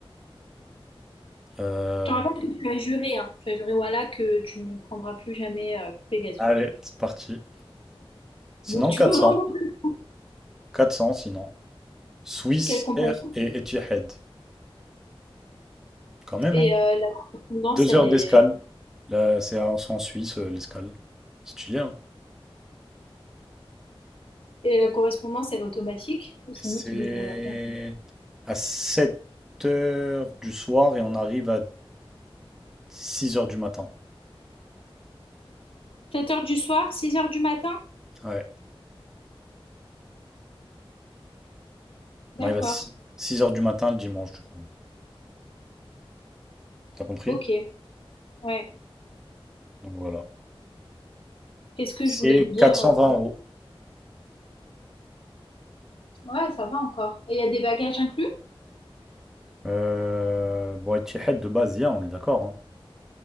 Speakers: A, in the centre; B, on the left (about 65°).
A: Euh,
B: Je te rappelle que tu as juré, hein. Tu as juré, voilà, que tu ne prendras plus jamais euh, Pegasus.
A: Allez, c'est parti. Sinon,
B: Donc tu
A: 400.
B: peux <laughs> vraiment plus
A: 400, sinon. Swiss
B: quelle compagnie.
A: Air et Etihad. Quand même,
B: Et
A: hein.
B: euh, la correspondance,
A: Deux
B: elle
A: heures
B: est...
A: d'escale. Là, c'est en c'est en Suisse, euh, l'escale. C'est chillé, hein.
B: Et la correspondance, elle est automatique ou c'est
A: Et c'est
B: nous qui devons la faire?
A: à sept heures du soir et on arrive à 6 heures du matin.
B: 7 heures du soir, 6 heures du matin?
A: Ouais.
B: D'accord.
A: On arrive à six six heures du matin le dimanche, du coup. T'as compris?
B: Ok. Ouais.
A: Donc voilà.
B: Qu'est-ce que
A: C'est
B: je voulais dire?
A: quatre cent vingt euros.
B: Ouais, ça va encore. Et il y a des bagages inclus?
A: Euh, bon, Etihad de base, il y a, on est d'accord. hein.